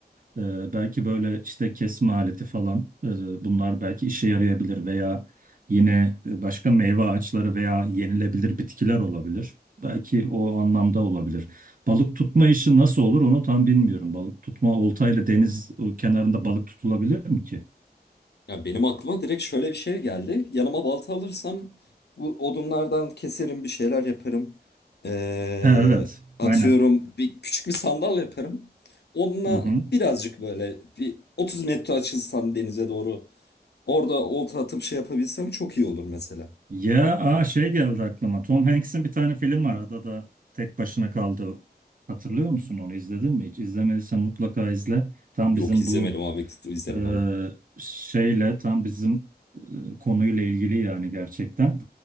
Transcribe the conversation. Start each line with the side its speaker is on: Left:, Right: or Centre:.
Right: Ee, belki böyle işte kesme aleti falan e, bunlar belki işe yarayabilir veya yine e, başka meyve ağaçları veya yenilebilir bitkiler olabilir. Belki o anlamda olabilir. Balık tutma işi nasıl olur onu tam bilmiyorum. Balık tutma oltayla deniz e, kenarında balık tutulabilir mi ki?
Left: Ya benim aklıma direkt şöyle bir şey geldi. Yanıma balta alırsam bu odunlardan keserim bir şeyler yaparım. Ee,
Right: Ha, evet
Left: atıyorum
Right: aynen.
Left: bir küçük bir sandal yaparım. Onunla
Right: Hı hı.
Left: birazcık böyle bir 30 metre açılsam denize doğru orada olta atıp şey yapabilsem çok iyi olur mesela.
Right: Ya aa, şey geldi aklıma. Tom Hanks'in bir tane film var. Adada tek başına kaldı. Hatırlıyor musun onu? İzledin mi hiç? İzlemediysen mutlaka izle. Tam
Left: Yok
Right: bizim
Left: izlemedim
Right: bu
Left: abi izlerim
Right: Ee,
Left: ama.
Right: şeyle tam bizim e, konuyla ilgili yani gerçekten.